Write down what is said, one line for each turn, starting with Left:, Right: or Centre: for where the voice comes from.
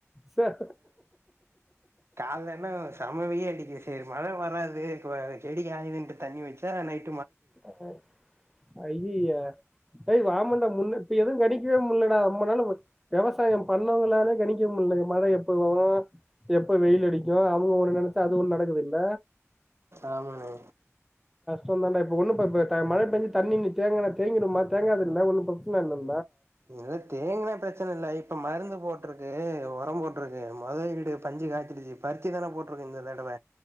Centre: ச
Right: காலன்னா செம வெயில் அடிக்கிது செரி மழ வராது கு செடி காய்துன்டு தண்ணி வச்சா நைட்
Centre: அ ஐய்யய்ய எய் வாமண்டா முன்ன இப்ப எதுவு கணிக்கவே முல்லடா அம்மனாலு வெவசாயோ பண்ணவங்னாளே கணிக்க மு முல்ல மழ எப்ப வரு எப்ப வெயில் அடிக்கியு அவுங்க ஒண்ணு நெனச்சா அது ஒண்ணு நடக்குதுல்ல
Right: ஆமாலு
Centre: சொன்னான்ன இப்ப ஒன்னு ப ப த மழ பேஞ்சு தண்ணி நீக்கா தேங்க தேங்கிடுமா தேங்காதுல்ல ஒன்னு பரச்சன இல்ல
Right: இல்ல தேங்கனா பிரச்சன இல்லை இப்ப மருந்து போட்ருக்கு ஒரம் போட்ருக்கு மொதோயீடு பஞ்சு காய்ச்சிருச்சி பருத்தி தான போட்ருக்கு இந்த தடவ